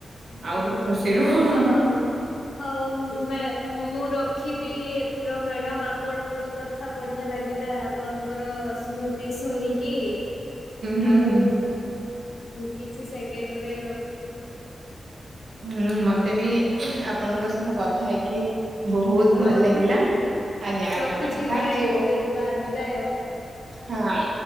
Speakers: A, on the left; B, on the right.
A: ହଁ
B: ଆଉ ଖୁସି ରୁହ ହୁଁ
A: ହଁ ହଉ ମେ ମୁ ରଖୁ ରଖିବି, ଏଥର ମ୍ୟାଡ଼ମ୍ ଆପଣଙ୍କ କଥା ବଢିଆ ଲାଗିଲା, ଆପଣଙ୍କର ସ୍ମୃ ଶୁଣିକି
B: ହୁଁ
A: ଆଉ
B: ହୁଁ।
A: କିଛି ସେକେଣ୍ଡରେ ରଖିବି
B: ହୁଁ ମତେ ବି ଆପଣଙ୍କ ସହ କଥା ହେଇକି ବହୁତ ଭଲ
A: ରଖୁଛି
B: ଲାଗିଲା, ଆଜ୍ଞା
A: ରଖୁଛି
B: ଆଜ୍ଞା ମ୍ୟାଡାମ ଥ୍ୟାଙ୍କ୍ୟୁ।
A: ବାଏ ବିଦାୟ।
B: ହଁ।